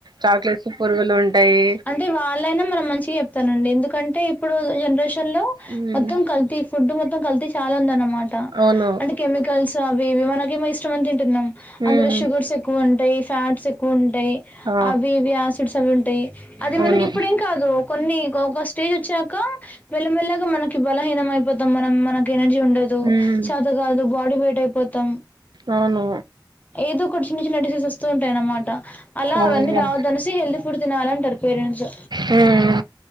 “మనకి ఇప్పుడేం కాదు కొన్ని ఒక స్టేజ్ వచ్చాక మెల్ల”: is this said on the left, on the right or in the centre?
Left